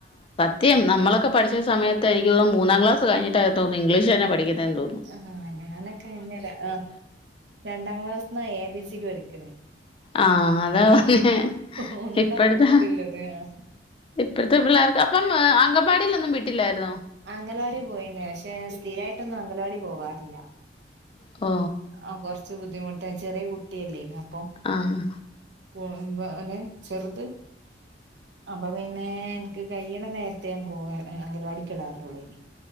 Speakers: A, on the left; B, on the right.
A: സദ്യം നമ്മളക്കെ പഠിച്ച സയത്ത് എനിക്ക് തന്നൂന്നാം ക്ലാസ് കിട്ടായിരുന്നു തന്ന ഇംഗ്ലീഷ തന്നെ പഠുന്നതെന്ന് തന്നും
B: ആഹ് ഞാനൊക്കെ അന്ന് ആഹ് രണ്ടാം ക്ലാസ്ന്നാ എ ബിസി പഠിക്കണേ
A: ആഹ് അതാ പറഞ്ഞെ
B: മൂന്നന്നാ
A: ഇപ്പഴത്തെ
B: ബുക്ക്ള്ളത് ആഹ്
A: ഇപ്പോഴത്തെ പിള്ളേർക്ക് അപ്പം അങ്കംവാടീലൊന്നും വിട്ടില്ലാരുന്നോ?
B: അംഗലവാടി പോയിന്നു പക്ഷെ സ്ഥിരായിട്ടൊന്നും അംഗലവാടി പോവാറില്ല
A: ഓ
B: ആഹ് കൊറച്ചു ബുദ്ധിമുട്ടാ ചെറിയ കുട്ടിയല്ലേനു അപ്പം
A: ആഹ്
B: ഉം ഓ നെ ചെറുത് അപ്പം പിന്നെ എനിക്ക് കൈയണം നേരത്തെ ഞാൻ പോവാ അങ്കലവാടിക്കിടാറുള്ളേനി